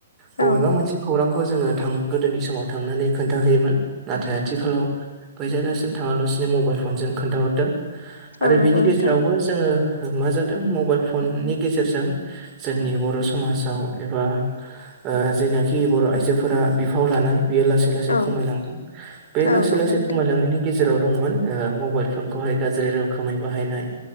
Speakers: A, on the right; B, on the left.
A: बबेबा
B: औ
A: मोनसे खौरांखौ जोङो थां गोदोनि समाव थांनानै खोन्थाहैयोमोन नाथाय आथिखालाव बैजायगासिम थाङाला'सिनो मबाइल फनजों खोन्थाहरदों
B: औ
A: आरो
B: नंगौ
A: बिनि
B: नोंथां
A: गेजे बो जोङो मा जादों मबाइल फननि गेजेरजों जोंनि बर' समाजाव एबा ओ जोयनाखि बर' आइजोफोरा बिफाव लानाय बियो लासै लासै
B: औ
A: खमायलाबाय बे
B: औ
A: लासै
B: नंगौ नोंथां औ नंगौ
A: लासै
B: नोंथां
A: खमायलांनायनि गेजेराव दंमोन ओ मबाइल फनखौहाय गाज्रि रोखोमै बाहायनाय